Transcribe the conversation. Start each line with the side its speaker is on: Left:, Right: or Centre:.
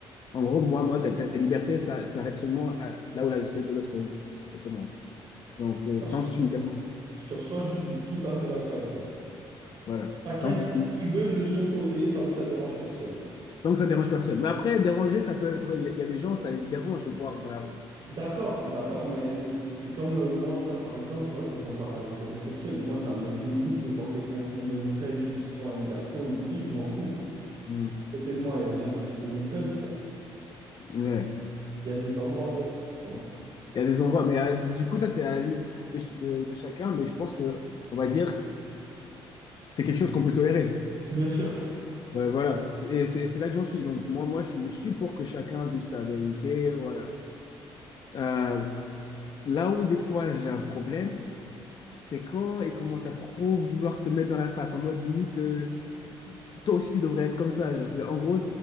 Left: En gros, moi, moi, ta, ta liberté, ça s'arrête seulement à- là où la, celle de l'autre commence. Donc, euh,
Right: Moi,
Left: tant
Right: Sur
Left: que tu me déranges,
Right: sur ça, je suis tout à fait d'accord avec toi.
Left: voilà,
Right: Chacun
Left: tant que,
Right: fait
Left: tu-
Right: ce qu'il veut de son côté tant que ça dérange personne.
Left: tant que ça dérange personne. Mais après, déranger, ça peut être... Il y, a il y a des gens, ça les dérange de voir dans la rue.
Right: D'accord, d'accord, mais, mais c'est c'est comme euh, moi, ça, par exemple, tu vois, je le compare à un hétérosexuel. Moi, ça me dégoûte de voir quelqu'un se rouler une pelle, que ce soit un garçon ou une fille, je m'en fous.
Left: Hmm.
Right: À côté de moi, il y a des gens qui se roulent une pelle, c'est-
Left: Ouais.
Right: il y a des endroits pour. tu vois.
Left: Il y a des endroits, mais euh, du coup, ça, c'est à la limite de, ch- de- de chacun, mais je pense que, on va dire, c'est quelque chose qu'on peut tolérer.
Right: Bien sûr.
Left: Ouais, voilà, c'est et c'est- c'est là que j'en suis. Donc, moi, moi je, suis, je suis pour que chacun vive sa vérité, voilà. Euh, là où, des fois, j'ai un problème, c'est quand ils commencent à trop vouloir te mettre dans la face, en mode limite, euh, toi aussi, tu devrais être comme ça. Genre, c'est- en gros,